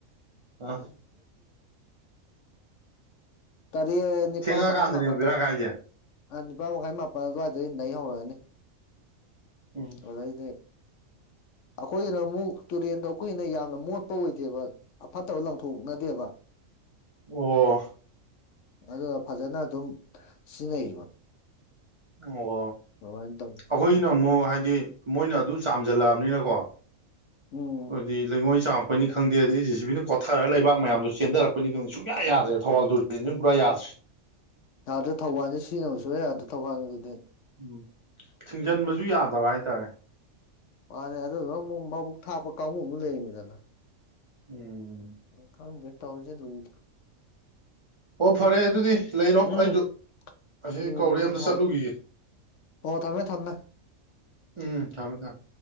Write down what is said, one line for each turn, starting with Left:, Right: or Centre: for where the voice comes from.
Right: ꯑ
Left: ꯇꯔꯦꯠ ꯅꯤꯄꯥꯜ
Right: ꯊꯦꯡꯉꯛꯑꯀꯥꯟꯗꯅꯦꯕ
Left: ꯃꯈꯥꯏ ꯃꯥꯄꯜꯗ
Right: ꯕꯦꯔꯥ ꯀꯥꯏꯁꯦ
Left: ꯅꯤꯄꯥꯜ ꯃꯈꯥꯏ ꯃꯥꯄꯜ ꯑꯗꯨꯋꯥꯏꯗꯩ ꯅ ꯍꯧꯔꯛꯑꯅꯤ
Right: ꯎꯝ
Left: ꯑꯗꯨꯗꯩꯗꯤ ꯑꯩꯈꯣꯏꯒꯤꯅ ꯑꯃꯨꯛ ꯇꯨꯔꯦꯟꯗꯣ ꯑꯩꯈꯨꯏꯅ ꯌꯥꯝꯅ ꯃꯣꯠꯄ ꯑꯣꯏꯗꯦꯕ ꯑꯐꯠꯇꯕ ꯂꯪꯊꯣꯛꯅꯗꯦꯕ
Right: ꯑꯣ
Left: ꯑꯗꯨ ꯐꯖꯅ ꯑꯗꯨꯝ ꯁꯤꯖꯤꯟꯅꯩꯕ
Right: ꯑꯣ
Left: ꯑꯗꯨꯃꯥꯏꯅ ꯇꯧꯋꯤ
Right: ꯑꯩꯈꯣꯏꯅ ꯑꯃꯨꯛ ꯍꯥꯏꯗꯤ ꯃꯣꯏꯅ ꯑꯗꯨ ꯆꯥꯝꯖꯜꯂꯛꯑꯕꯅꯤꯅꯀꯣ
Left: ꯎꯝ
Right: ꯍꯧꯗꯤ ꯂꯩꯉꯣꯏ ꯆꯥꯛ ꯛꯄꯅꯤ ꯈꯪꯗꯦ ꯑꯗꯩ ꯖꯤ ꯁꯤꯕꯤ ꯀꯣꯊꯔꯒ ꯂꯩꯕꯥꯛ ꯃꯌꯥꯝꯗꯣ ꯆꯦꯟꯊꯔꯛꯄꯅꯤ ꯈꯪꯗꯦ ꯁꯨꯡꯌꯥ ꯌꯥꯗ꯭ꯔꯦ ꯊꯧꯕꯥꯜ ꯇꯨꯔꯦꯜꯁꯨ ꯄꯨꯔꯥ ꯌꯥꯗ꯭ꯔꯦ
Left: ꯌꯥꯗ ꯊꯧꯕꯥꯜꯁ ꯁꯤꯖꯤꯟꯅꯅꯕꯁꯨꯍ ꯌꯥꯥꯗ ꯊꯧꯕꯥꯜ ꯑꯗꯨꯗꯤ
Right: ꯎꯝ ꯊꯤꯡꯖꯤꯟꯕꯁꯨ ꯌꯥꯗꯕ ꯍꯥꯏꯇꯥꯔꯦ
Left: ꯃꯥꯅꯦ ꯑꯗꯨ ꯗꯨ ꯑꯃꯨꯛ ꯃꯕꯨꯛ ꯊꯥꯞꯄ ꯀꯥꯡꯕꯨ ꯑꯃ ꯂꯩꯔꯤꯅꯤꯗꯅ
Right: ꯎꯝ
Left: ꯀꯒꯦ ꯇꯥꯎꯁꯦ ꯂꯣꯏ
Right: ꯑꯣ ꯐꯔꯦ ꯑꯗꯨꯗꯤ ꯂꯩꯔꯣ
Left: ꯎꯝ
Right: ꯑꯩꯁꯨ ꯑꯁꯤ
Left: ꯎꯝ
Right: ꯀꯧꯔꯦ ꯑꯝꯇ
Left: ꯍꯣ
Right: ꯆꯠꯂꯨꯈꯤꯒꯦ
Left: ꯍꯣ ꯊꯝꯃꯦ ꯊꯝꯃꯦ
Right: ꯎꯝ ꯊꯝꯃꯦ ꯊꯝꯃꯦ